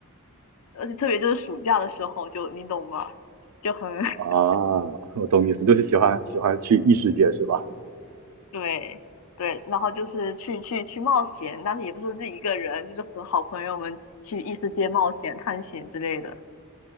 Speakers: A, on the left (about 75°); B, on the right (about 85°).
A: 而且特别就是暑假的时候就，你懂吗？就很 <laughs>
B: 啊 <laughs>，我懂意思，就是喜欢喜欢去异世界是吧？
A: 对对，然后就是去去去冒险，但是也不是自己一个人，就是和好朋友们去异世界冒险、探险之类的。